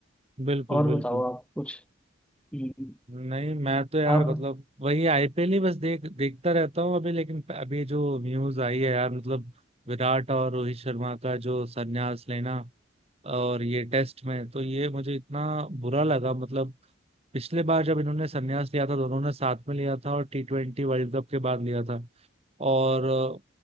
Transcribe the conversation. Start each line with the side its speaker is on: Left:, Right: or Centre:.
Right: बिल्कुल
Centre: और
Right: बिल्कुल
Centre: बताओ आप कुछ हम्म।
Right: नहीं मैं तो यार
Centre: आप
Right: मतलब वही आईपीएल ही बस देख देखता रहता हूँ अभी लेकिन अभी जो न्यूज आई है यार मतलब विराट और रोहित शर्मा का जो संन्यास लेना और ये टेस्ट में तो ये मुझे इतना बुरा लगा मतलब पिछले बार जब इन्होंने संन्यास लिया था दोनों ने साथ में लिया था और टी ट्वेंटी वर्ल्ड कप के बाद लिया था और अ,